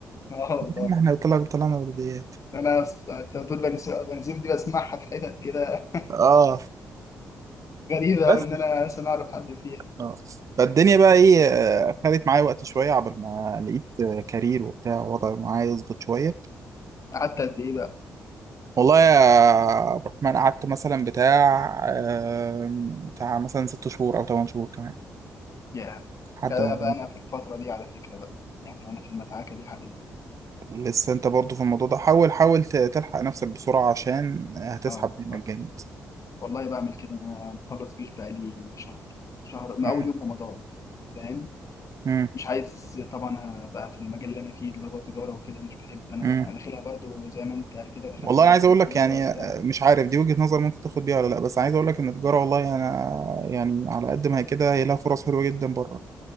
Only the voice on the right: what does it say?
ما إحنا طلع طلعنا بلديات
اه
بس
اه فالدنيا بقى ايه آه، خدت معايا وقت شويه عبال ما لقيت آه، كارير وبتاع وضع معايا يظبط شويه
والله يا عبد الرحمن قعدت مثلا بتاع آه، بتاع مثلا ست شهور او ثمان شهور كمان
لحد
ما
لسه انت برضو في الموضوع ده حاول حاول ت- تلحق نفسك بسرعه عشان هتسحب
منك
جامد
مم.
مم.
مم.
والله انا
عايز
اقول لك يعني
آه، مش عارف دي وجهة نظر ممكن تاخد بيها ولا لا بس عايز اقول لك ان التجاره والله انا يعني على قد ما هي كده هي لها فرص حلوه جدا بره